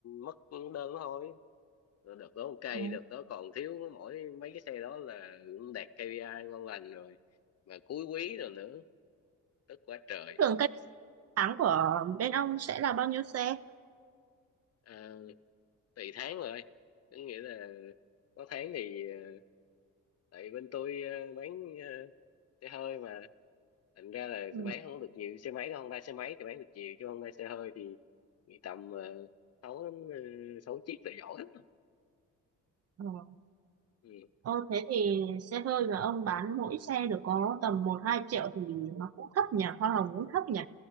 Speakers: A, on the left (about 55°); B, on the right (about 55°).
A: mất đơn thôi rồi đợt đó ok
B: ừ.
A: đợt đó còn thiếu mỗi mấy cái xe đó là cũng đạt KPI ngon lành rồi mà cuối quý rồi nữa tức quá trời
B: Tưởng tháng của bên ông sẽ là bao nhiêu xe?
A: à, tùy tháng rồi có nghĩa là có tháng thì ờ, tại bên tôi ờ, bán ờ, xe hơi mà thành ra là
B: Ừ.
A: bán không có được nhiều xe máy đâu Honda xe máy thì bán được nhiều chứ Honda xe hơi thì, thì tầm ờ, sáu đến ờ, sáu chiếc là giỏi lắm
B: Ờ,
A: ừ.
B: Ờ, thế thì xe hơi mà ông bán mỗi xe được có tầm một hai triệu thì nó cũng thấp nhỉ, hoa hồng cũng thấp nhỉ.